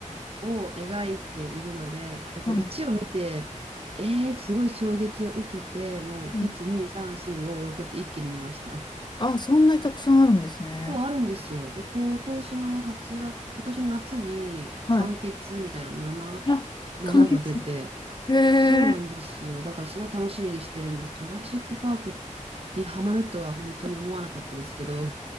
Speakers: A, on the right; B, on the left.
A: を描いているので、だから1を見て、
B: んはい。
A: えーってすごい衝撃を受けて、もう1、
B: はい。
A: 2、3、4、5、6って一気に見ました。
B: あ、そんなにたくさんあるんですね。
A: そう、あるんですよ。で、今年の8月、今年の夏に完結みたいな7、
B: はい。あ、
A: 7が出て、
B: 完結。へえ。
A: そうなんですよ。だからすごい楽しみにしてるんです。ジュラシック・パークにハマるとは本当に思わなかったですけど、